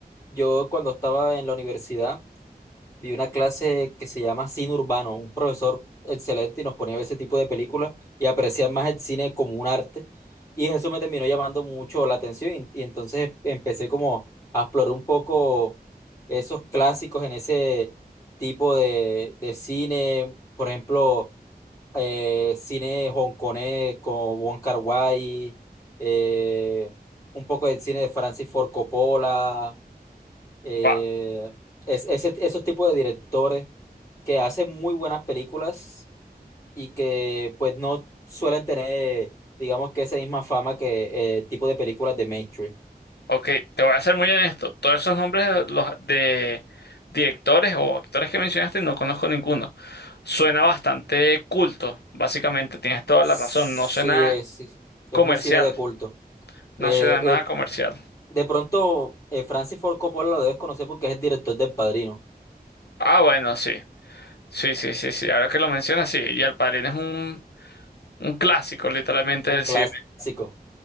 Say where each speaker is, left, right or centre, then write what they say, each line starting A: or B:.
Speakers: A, on the left; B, on the left.
A: yo cuando estaba en la universidad vi una clase que se llama cine urbano, un profesor excelente y nos ponía ese tipo de películas y apreciar más el cine como un arte y eso me terminó llamando mucho la atención y, y entonces em, empecé como a explorar un poco esos clásicos en ese tipo de, de cine, por ejemplo eh, cine hongkonés como Wong Kar-wai, eh, un poco de cine de Francis Ford Coppola, eh,
B: va.
A: es- ese- esos tipos de directores que hacen muy buenas películas y que pues no suelen tener, digamos que esa misma fama que eh, tipo de películas de mainstream.
B: Ok, te voy a ser muy honesto. Todos esos nombres de, los, de directores o actores que mencionaste no conozco ninguno. Suena bastante culto, básicamente. Tienes toda
A: Sí,
B: la razón. No suena
A: es, sí, es
B: comercial.
A: muy cine de culto.
B: No
A: Eh,
B: suena nada
A: eh,
B: comercial.
A: de pronto, eh, Francis Ford Coppola lo debes conocer porque es el director del Padrino.
B: Ah, bueno, sí. Sí, sí, sí, sí. Ahora que lo mencionas, sí. Y El Padrino es un, un clásico, literalmente,
A: Un
B: del
A: clásico.
B: cine.